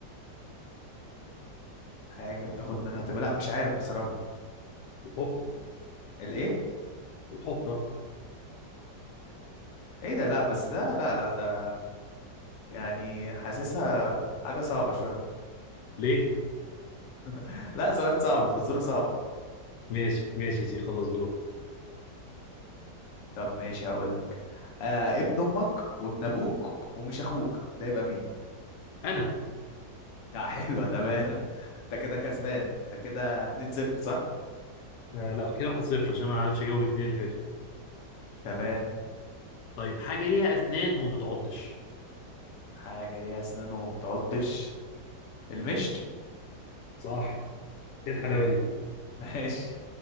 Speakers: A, on the left; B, on the left.
A: حاجة بتاخد منها تكبر لا مش عارف بصراحة
B: الحفره
A: الإيه؟
B: الحفره
A: إيه إيه ده لا بس ده لا لا ده يعني حاسسها حاجة صعبة شوية
B: ليه
A: <laughs> لا سؤال صعب فزورة صعبة
B: ماشي ماشي يا سيدي خلص دور
A: طب ماشي هقول لك آه ابن امك وابن ابوك ومش اخوك ده يبقى مين
B: انا
A: <laughs> لا حلوه تمام <laughs> انت كده كسبان انت كده 2 0 صح
B: آه لا كده واحد صفر عشان ما عرفتش اجاوب الاثنين اللي فاتوا
A: تمام
B: طيب حاجه ليها اسنان وما بتعضش
A: حاجه ليها اسنان وما بتعضش المشط
B: صح ايه الحلاوه
A: آه،
B: دي
A: ماشي